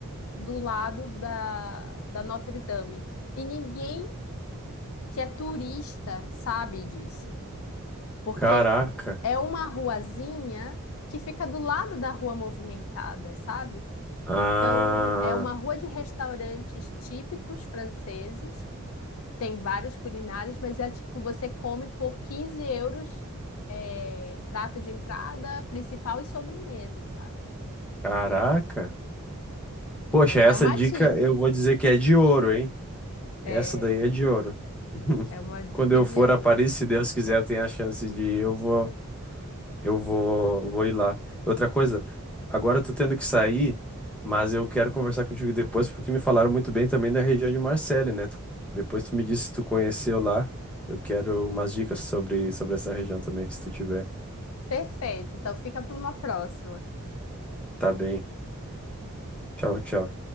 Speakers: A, on the left; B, in the centre.
A: do lado da, da Notre Dame. E ninguém que é turista sabe disso. Porque
B: Caraca.
A: é uma ruazinha que fica do lado da rua movimentada, sabe?
B: Ah,
A: Então, é uma rua de restaurantes típicos franceses, tem várias culinárias, mas é tipo, você come por 15 euros, é, prato de entrada, principal e sobremesa, sabe?
B: caraca.
A: Então, então
B: Poxa,
A: já
B: essa
A: é uma
B: dica
A: dica.
B: eu vou dizer que é de ouro, hein?
A: É,
B: Essa daí é de ouro. <laughs>
A: é uma dica
B: Quando eu
A: de
B: for
A: ouro.
B: a Paris, se Deus quiser, eu tenho a chance de ir, eu vou, eu vou, vou ir lá. Outra coisa, agora eu tô tendo que sair, mas eu quero conversar contigo depois porque me falaram muito bem também da região de Marselha, né? Tu- depois tu me disse se tu conheceu lá. Eu quero umas dicas sobre, sobre essa região também, se tu tiver.
A: Perfeito, então fica para uma próxima.
B: Tá bem. Tchau, tchau.